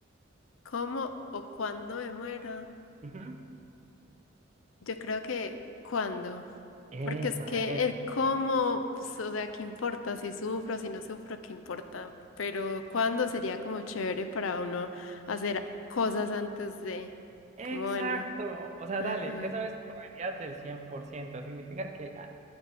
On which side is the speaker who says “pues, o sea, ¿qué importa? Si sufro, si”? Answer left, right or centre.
Left